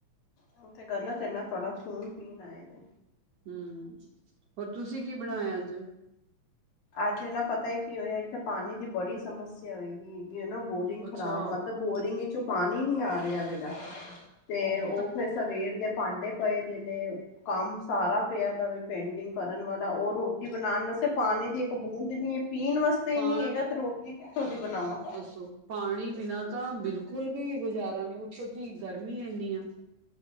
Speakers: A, on the left (about 75°); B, on the right (about 60°).
A: ਐ ਤੇ ਗਲਤ ਏ ਨਾ, ਤੁਹਾਡਾ ਖੂਨ ਪੀਣ ਆਏ ਦੇ।
B: ਹੂੰ, ਹੋਰ ਤੁਸੀਂ ਕੀ ਬਣਾਇਆ ਅੱਜ?
A: ਅੱਜ ਇਹ ਨਾ ਪਤਾ ਹੀ ਕੀ ਹੋਇਆ, ਇੱਥੇ ਪਾਣੀ ਦੀ ਬੜੀ ਸਮੱਸਿਆ ਹੋਈ ਦੀ ਹੈਗੀ ਨਾ, ਐ ਨਾ ਬੋਰਿੰਗ ਖ਼ਰਾਬ
B: ਅੱਛਾ
A: ਮਤਲਬ ਬੋਰਿੰਗ ਵਿੱਚੋਂ ਪਾਣੀ ਨੀ ਆ ਰਿਹਾ ਹੈਗਾ, ਤੇ ਉਹ
B: ਤਾਂ
A: ਫੇਰ ਸਵੇਰ ਦੇ ਭਾਂਡੇ ਪਏ ਦੇ ਨੇ ਕੰਮ ਸਾਰਾ ਪਿਆ ਦੇ ਵੇ ਪੇਂਡਿੰਗ ਕਰਨ ਵਾਲਾ ਉਹ ਰੋਟੀ ਬਣਾਉਣ ਵਸੇ ਪਾਣੀ ਦੀ ਇਕ ਬੁੰਦ ਨੀ ਐ, ਪੀਣ ਵਾਸਤੇ ਹੀ
B: ਪਾ
A: ਨੀ ਹੈਗਾ, ਤੇ ਰੋਟੀ ਕਿੱਥੋਂ ਦੀ ਬਣਾਵਾਂ।
B: ਦੱਸੋ ਪਾਣੀ ਬਿਨਾ ਤਾਂ ਬਿਲਕੁਲ ਵੀ ਗੁਜ਼ਾਰਾ ਨੀ ਉੱਤੋਂ ਦੀ ਗਰਮੀ ਇੰਨੀ ਆ।